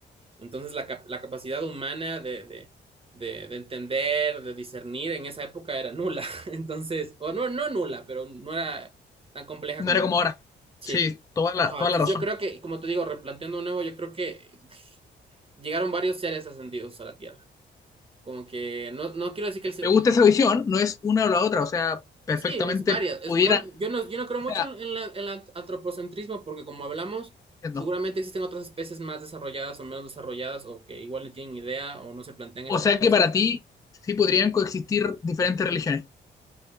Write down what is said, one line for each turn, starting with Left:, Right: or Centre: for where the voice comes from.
Right: Entonces la, cap la capacidad humana de, de, de, de, entender, de discernir en esa época era nula. <laughs> Entonces, o no, no nula, pero no era tan compleja
Left: No
Right: como
Left: era como
Right: hoy.
Left: ahora.
Right: Sí.
Left: Sí, toda la,
Right: Ajá,
Left: toda
Right: entonces
Left: la razón.
Right: yo creo que, como te digo, replanteando de nuevo, yo creo que llegaron varios seres ascendidos a la Tierra. Como que no, no quiero decir que el ser...
Left: me gusta esa visión, no es una o la otra, o sea, perfectamente
Right: Sí, es varias. Es
Left: pudieran,
Right: igual, yo no, yo no creo
Left: o
Right: mucho
Left: sea,
Right: en, la, en el antropocentrismo porque como hablamos,
Left: entiendo.
Right: seguramente existen otras especies más desarrolladas o menos desarrolladas o que igual no tienen idea o no se plantean
Left: O
Right: estas
Left: sea
Right: cosas.
Left: que para ti sí podrían coexistir diferentes religiones.